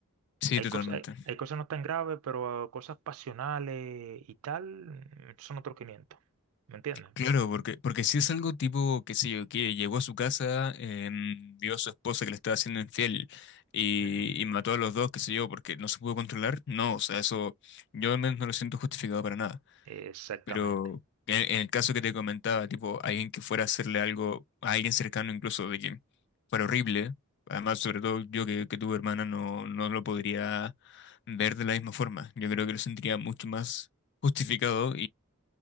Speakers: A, on the left; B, on the right.
A: Sí,
B: Hay
A: totalmente.
B: cosas, hay, hay cosas no tan graves, pero ah, cosas pasionales y tal, mm, son otros quinientos, ¿Me entiendes?
A: Claro, porque, porque si es algo tipo, qué sé yo, que llegó a su casa, em, vio a su esposa que le estaba haciendo infiel y,
B: Ujú,
A: y mató a los dos, qué sé yo, porque no se pudo controlar, no, o sea, eso yo al menos no lo siento justificado para nada.
B: Exactamente.
A: Pero en, en el caso que te comentaba, tipo, alguien que fuera a hacerle algo a alguien cercano incluso de que fuera horrible, además, sobre todo yo que, que tuve hermana, no, no lo podría ver de la misma forma. Yo creo que lo sentiría mucho más justificado